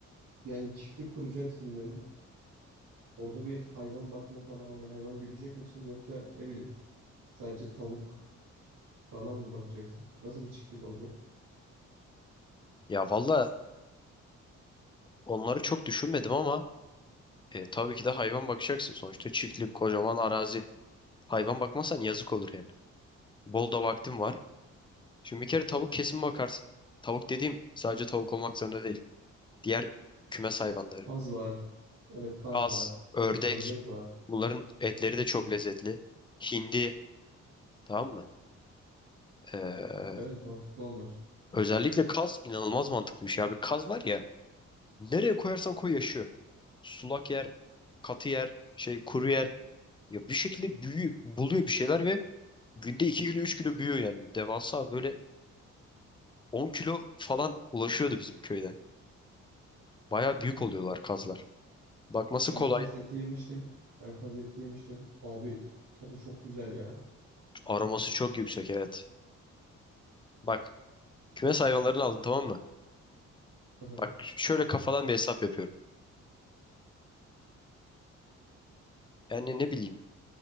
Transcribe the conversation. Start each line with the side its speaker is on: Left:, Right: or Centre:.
Right: yani çiftlik kuracaksın dedin. Orada bir hayvan bakma falan hani hayvan güdecek misin yoksa ne bileyim sadece tavuk falan mı bakacaksın? Nasıl bir çiftlik olacak?
Left: Ya valla onları çok düşünmedim ama E, tabii ki de hayvan bakacaksın sonuçta çiftlik kocaman arazi. Hayvan bakmazsan yazık olur yani. Bol da vaktin var. Şimdi bir kere tavuk kesin bakarsın. Tavuk dediğim sadece tavuk olmak zorunda değil. Diğer kümes hayvanları.
Right: Kaz var. Evet kaz
Left: Kaz,
Right: var.
Left: ördek.
Right: Ne bileyim ördek var.
Left: Bunların
Right: Su
Left: etleri
Right: bir yerde.
Left: de çok lezzetli. Hindi. Tamam mı? Ee,
Right: Evet mantıklı onlar.
Left: özellikle kaz inanılmaz mantıklı bir şey abi. Kaz var ya nereye koyarsan koy yaşıyor. Sulak yer, katı yer, şey kuru yer. Ya bir şekilde büyüyor, buluyor bir şeyler ve Günde 2 kilo 3 kilo büyüyor yani. Devasa böyle 10 kilo falan ulaşıyordu bizim köyde. Baya büyük oluyorlar kazlar. Bakması
Right: Ben
Left: kolay.
Right: kaz eti yemiştim. Ben kaz eti yemiştim. Abi tadı çok güzel ya.
Left: Aroması çok yüksek evet. Bak kümes hayvanlarını aldın tamam mı?
Right: Hı hı,
Left: Bak şöyle kafadan bir hesap yapıyorum. Yani ne bileyim